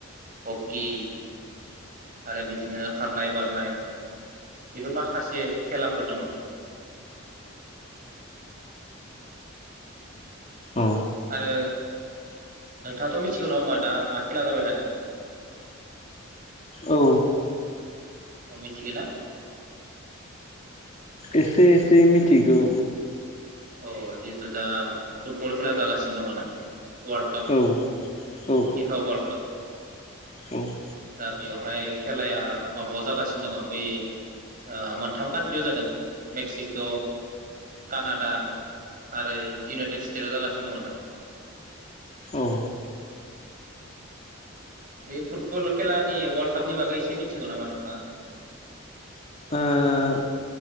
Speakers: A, on the right; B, on the left.
A: हकि। आरो बिदिनो खारनाय बारनाय बेफोर माखासे खेलाफोर दङ।
B: औ
A: आरो नोंथाङाथ' मिथिगौ नङा होमबा दा मा खेला जाबाय थादों?
B: औ।
A: अ मिनथिगौना?
B: एसे एसे मिथिगौ।
A: अ जिहेथु दा फुटबल खेला जागासिनो दङ ना? वर्लड काप फिफा
B: औ औ
A: वर्लड काप।
B: औ।
A: दा बेवहाय खेलाया माबायाव जागासिनो दङ बे ओ मोनथाम कान्ट्रियाव जादों मेक्सिक' कानाडा। आरो इउनाइटेड स्टेटाव जागासिनो दङ दा।
B: औ
A: बे फुटबल खेलानि वर्ल्ड कापनि बागै एसे मिथिगौ नामा नोंथाङा?
B: ओ